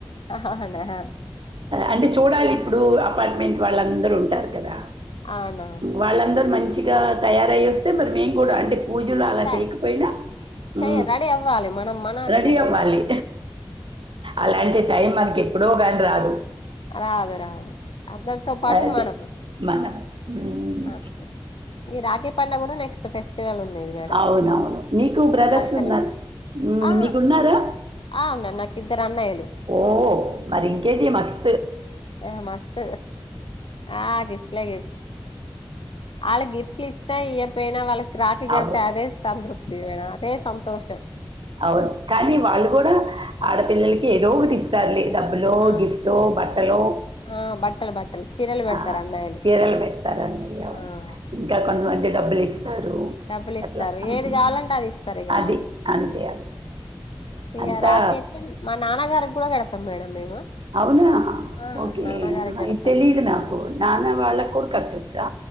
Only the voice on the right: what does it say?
అంటే చూడాలి
ఇప్పుడు అపార్ట్మెంట్ వాళ్ళందరూ ఉంటారు కదా
వాళ్ళందరూ మంచిగా తయారయ్యేస్తే మరి మేము కూడా అంటే పూజలు అలా
చేయకపోయినా
ఉ
రెడి
అవ్వాలి అలాంటి టైం మనకి ఎప్పుడో కానీ రాదు
అది
మనం ఉమ్,
అవునవును నీకు బ్రదర్స్
ఉన్నారు
నీకున్నారా
ఓహ మరి ఇంకేది మస్
అవును
అవును కానీ వాళ్ళు కూడా ఆడపిల్లలకి ఏదో ఒక ఇస్త సర్లీ డబ్బులు
గిఫ్ట్ బుట్టలో
ఆ
చీరలు పెడతారుని ఇలా
ఇంకా
కొంతమంది డబ్బులు ఇస్తారు
అట్లా. ఆహా!
అది.
అంతే అంతే.
అంతా
అవునా
ఓకే
ఇ తెలిదు నాకు నానా వాళ్ళ కూడా కట్చ్చా